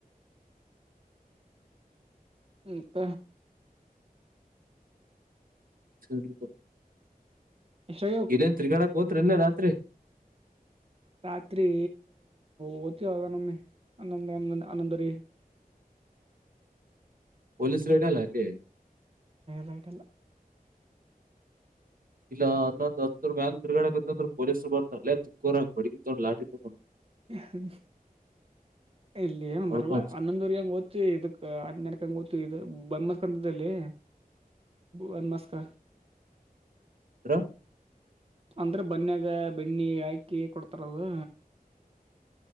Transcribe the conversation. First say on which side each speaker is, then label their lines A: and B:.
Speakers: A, on the right (about 40°); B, on the right (about 65°).
A: ಇಂತ
B: ಹ
A: ಎಷ್ಟಾಗ
B: ನೇನ್ ತಿರಿಗಾಡಕ್ ಹೋತ್ರರಿಲ್ಲ ರಾತ್ರಿ
A: ರಾತ್ರಿ ಓ್ತವಾಗ ನಮ್ಮಿ ಹನ್ನೊಂದ ಹನ್ನೊಂದ ಹನ್ನೊಂದ ರೀ
B: ಪೊಲೀಸ್ ರೇಡ ಅಲ್ಲ ಅಲ್ಲಿ
A: ದೈಟಲ್ಲ
B: ಇಲ್ಲ ಒಂದೊಂದು ಹತ್ತರ ಮ್ಯಾಲ ದುರ್ಗಾಗತ್ತ ಅಂದ್ರೆ ಪೊಲೀರು ಬರ್ತಲ್ಲೇ ತುಕೋರ ಬಡಗ ತಗೊಂಡು ಲಾಟಿ ತೊಗೊಂಡ್
A: ಹ ಇಲ್ಲಿ ಏನ್
B: ಹೊಡ್ಕೊಂತ
A: ಬರಲ್ಲ ಹನ್ನೊಂದ ಊರಿ ಹಂಗ ಓದ್ ಇದಕ್ ಹನ್ನಡ್ಕಂಗ ಓದ್ತ ಇದ ಬನ್ ಮಸ್ಕಂತಲ್ಲಿ ಬನ್ ಮಸ್ಕ
B: ಹತ್ರ
A: ಅಂದ್ರೆ ಬನ್ಯಾಗ ಬೆಣ್ಣಿ ಹಾಕಿ ಕೊಡ್ತಾರದು